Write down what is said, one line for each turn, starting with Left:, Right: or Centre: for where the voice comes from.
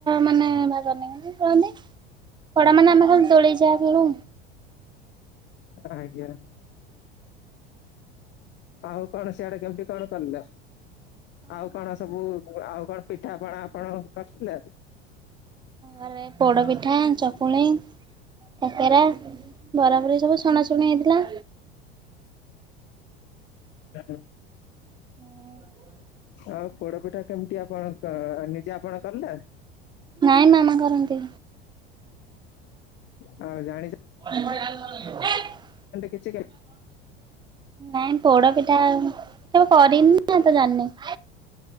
Right: ମାନେ ଭାଗ ନିଅନ୍ତି କୁହନି। ବଡ଼ ମାନେ ଆମେ ଖାଲି ଦୋଳି ଯାଆ ଖେଳୁ।
Left: ଆଜ୍ଞା। ଆଉ କଣ ସିଆଡେ କେମିତି କଣ କଲେ ଆଉ କଣ ସବୁ ଆଉ କଣ ପିଠା ପଣା ଆପଣ କରିଥିଲେ।
Right: ଘରେ ପୋଡ଼ ପିଠା ଚପୁଳି। କାକେରା ବରା ଫରା ସବୁ ଛଣା ଛୁଣୀ ହେଇଥିଲା।
Left: ଆଜ୍ଞା।
Right: ହୁଁ।
Left: ଆଉ ପୋଡ଼ ପିଠା କେମିତି ଆପଣଙ୍କ ନିଜେ ଆପଣ କଲେ।
Right: ନାଇଁ ମାମା କରନ୍ତି।
Left: ହଁ ଜାଣିଚ
Right: ଆ
Left: କିଛି
Right: ନାଇଁ ପୋଡ଼ ପିଠା ତ କରିନି ତ ଜାଣିନେଇ।